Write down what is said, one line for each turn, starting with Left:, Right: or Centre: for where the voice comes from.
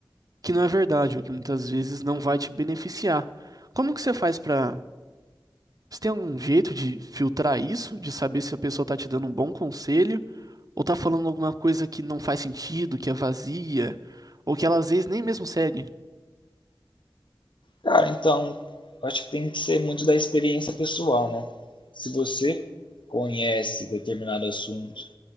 Right: que não é verdade, ou que muitas vezes não vai te beneficiar. Como que você faz para. Você tem um jeito de filtrar isso, de saber se a pessoa tá te dando um bom conselho, ou tá falando alguma coisa que não faz sentido, que é vazia, ou que ela às vezes nem mesmo segue?
Left: Cara, então, eu acho que tem que ser muito da experiência pessoal, né? Se você conhece determinado assunto